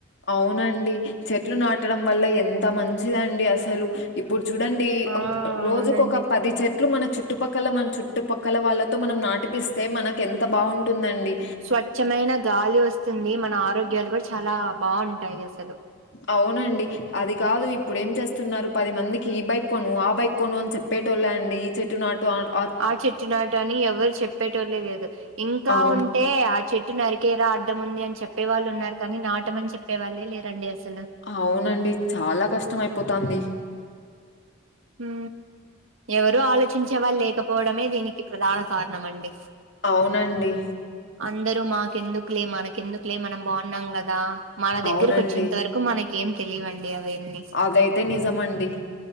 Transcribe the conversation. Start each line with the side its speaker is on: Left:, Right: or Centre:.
Left: అవునండి చెట్లు నాటడం వల్ల ఎంత మంచిదండి అసలు ఇప్పుడు చూడండి
Right: ఆ
Left: రోజుక
Right: అవునండి
Left: ఒక పది చెట్ ఇట్ల మన చుట్టుపక్కల మన చుట్టుపక్కల వాళ్ళతో మనం నాటిపిస్తే మనకు ఎంత బాగుంటుందండి
Right: స్వచ్ఛమైన గాలి వస్తుంది మన ఆరోగ్యాలు కూడా చాలా బాగుంటాయి అసలు
Left: అవునండి అది కాదు ఇప్పుడు ఏం చేస్తున్నారు పది మందికి ఈ బైక్ కొను ఆ బైక్ కొను అని చెప్పేటొళ్ళే అండి చెట్టునాటు ఆంట్
Right: ఆ చెట్టు నాటు అని ఎవరు చెప్పేటోళ్ళ లేదు ఇంకా
Left: అవును.
Right: ఉంటే ఆ చెట్ట్ చెట్టు నరికేర అడ్డం ఉంది అని చెప్పే వాళ్ళు ఉన్నారు కానీ నాట మని చెప్పే వాళ్ళే లేరండి అసలు
Left: అవునండి చాలా కష్టం అయిపోతుంది
Right: ఉ ఎవరు ఆలోచించేవాళ్ళు లేకపోవడమే దీనికి ప్రధాన కారణం అండి
Left: అవునండి.
Right: అందరూ మాకెందుకులే మనకెందుకులే మనం బాగున్నాం కదా మన దగ్గరకు
Left: అవునండి.
Right: వచ్చేంత వరకు కొ మనకెం తెలివండి అవన్నీ
Left: అదైతే నిజమండి